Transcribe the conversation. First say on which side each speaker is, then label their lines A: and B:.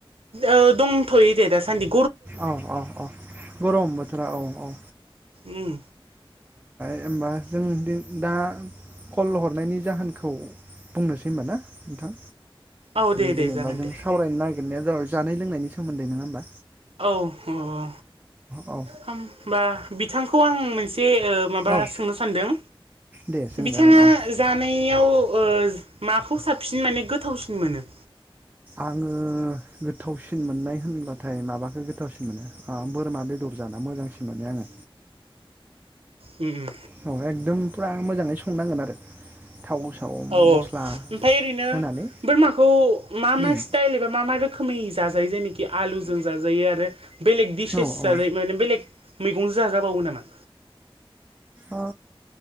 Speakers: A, on the right; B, on the right.
A: औ दंथ'यै दे दा सान्दि
B: औ औ औ गरम बोथोरा औ औ
A: उम
B: जेनबा जोंथिं दा कल हरनायनि जाहोनखौ बुंनोसै होनबा ना नोंथां
A: औ दे
B: बे
A: दे
B: जेनेबा
A: जागोन
B: जों
A: दे
B: सावरायनो नागिरनाया जाबाय जानाय लोंनायनि सोमोन्दै नङा होमबा
A: औ औ औ
B: औ
A: होनबा बिथांखौ आं मोनसे एसे ओ माबा
B: औ
A: सोंनो सानदों
B: दे सोंजागोन
A: बिथाङा
B: औ
A: जानायाव ओ माखौ साबसिन माने गोथावसिन मोनो
B: आङो गोथावसिन मोननाय होनब्लाथाय माबाखौ गोथावसिन मोनो बोरमा बेदर जाना मोजांसिन मोनो आङो
A: उम उम
B: औ एकदम फुरा मोजाङै संनांगोन आरो थाव साव
A: औ औ
B: मस्ला
A: ओमफ्राय ओरैनो
B: होनानै
A: बोरमाखौ मा मा
B: उम
A: स्टाइल एबा मा मा रोखोम रोखोमै जाजायो जेनोखि आलुजों जाजायो आरो बेलेग डिसेस
B: औ
A: जाजायो
B: औ
A: माने बेलेग मैगंजों जाजाबावो नामा
B: अ